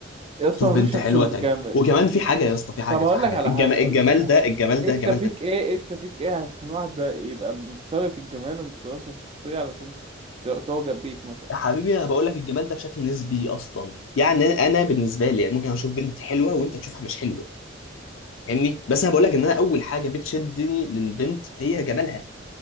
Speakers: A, on the right; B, on the left.
A: يا اسطى
B: اشوف
A: مفيش
B: بنت
A: شخص
B: حلوه
A: متكامل
B: تعجب وكمان في حاجه يا اسطى في حاجه
A: طب هقول
B: في حاجه
A: لك على
B: الجمال
A: حاجه
B: الجمال
A: اقول لك على
B: ده
A: إيه.
B: الجمال
A: انت
B: ده جمال
A: فيك ايه انت فيك ايه علشان واحده يبقى متساوي في الجمال ومتساوي في الشخصيه علشان ت- تعجب بيك مثلا
B: حبيبي انا بقول لك الجمال ده بشكل نسبي اصلا يعني انا أنا بالنسبه لي يعني ممكن اشوف بنت حلوه وانت تشوفها مش حلوه فاهمني بس انا بقول لك ان انا اول حاجه بتشدني للبنت هي جمالها